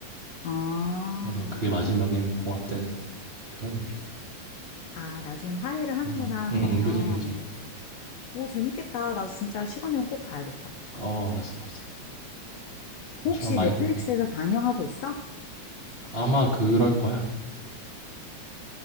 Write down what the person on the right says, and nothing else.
그래서 그게 마지막엔 봉합되는 그런 얘기야.
음, 음,
그지, 그지.
어, 알았어, 알았어.
어, 시간 많이
됐네.
아마 그럴 거야.